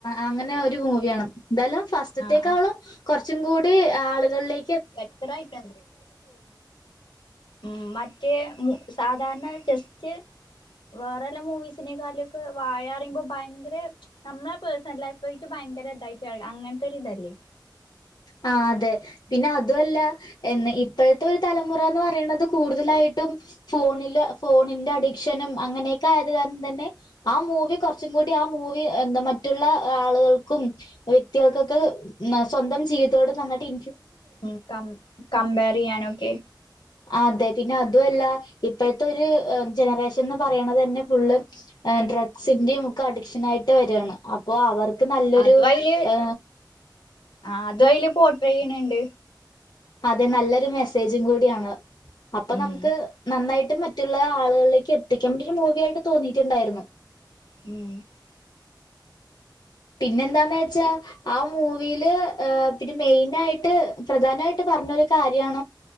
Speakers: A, on the left; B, on the left.
A: അങ്ങനെ ഒരു മൂവിയാണ്. എന്തായാലും ഫസ്റ്റത്തേക്കാളും
B: ആ ആ
A: കുറച്ച് കുറച്ചും കൂടി ആളുകളിലേ
B: ബെറ്ററായിട്ട ഉ മറ്റേ മു സാധാരണ ജെസ്റ്റ്. വേറെല്ലാം മൂവിസിനെ കല്ഒകൊ വാഴ അറുമ്പോ ഭയങ്കര നമ്മുടെ പേഴ്സണൽ ലൈഫയിട്ട് ഭയങ്കര <unintelligible> ഇതായിട്ട് അങ്ങനത്തെൊ ഒരു ഇതല്ലേ
A: ആ അതെ പിന്നെ അതുല്ല എ ഇപ്പോഴത്തെ ഒരു തലമുറ എന്ന് പറയുന്നത്. കൂടുതലായിട്ട് പം ഫോണി ഫോണിന്റെ അഡിക്ഷനും അങ്ങനക്കെയ കാരണം തന്നെ ആ മൂവി കൊർച് കൂടി ആ മൂവി എത മറ്റുള്ള ആളുകൾക്കും വ്യക്തികൾക്കൊക്കെ സ്വന്തം ജീവി തത്തോട് നന്നായിട്ട്
B: ഉം കമ്പർ ചെയ്യാനൊക്കെ.
A: അതെ പിന്നെ അതുല്ല ഇപ്പോഴത്തെ ഒരു ജനറേഷൻ എന്ന് പറയണ തന്നെ ഫുള്ള്. ഡ്രഗ്സിന്റിം ഒക്ക അഡിക്ഷൻ ആയിട്ട് വരയാണ്. അപ്പോ അവർ നല്ലൊരു
B: അതും അയില്
A: ഹ
B: ആ അത് അല് പോട്ട്ര ചെയ്യണണ്ട്.
A: അതെ നല്ലൊരു മെസ്സേജും കൂടിയാണ്. അപ്പൊ
B: ഉം
A: നമുക്ക് നന്നായി മറ്റുള്ള ആളുകളിലേക്ക് എത്തിക്കാൻ. മൂവ്യായിട്ട് തോന്നിട്ടുണ്ടായിരുന്നു.
B: <inaudible>
A: പിന്നെന്താന്ന് വെച്ചാ ആ മൂവിയില് പിന്നെ മെയിൻ ആയിട്ട്. പ്രധാനമായിട്ട് പറ പറഞ്ഞ കാര്യ